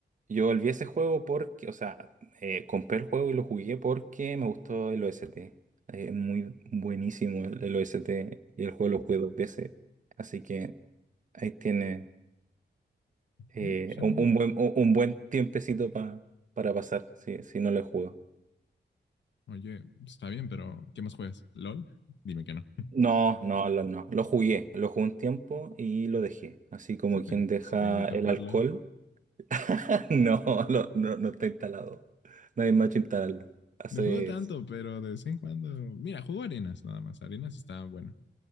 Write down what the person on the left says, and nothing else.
Eh, Suena
bien.
Oye, está bien, pero ¿qué más juegas? ¿LOL? Dime que no. <laughs>
Si te,
si te invito
a jugar
LOL.
<laughs>
No juego tanto, pero de vez en cuando. Mira, juego arenas nada más. Arenas está bueno.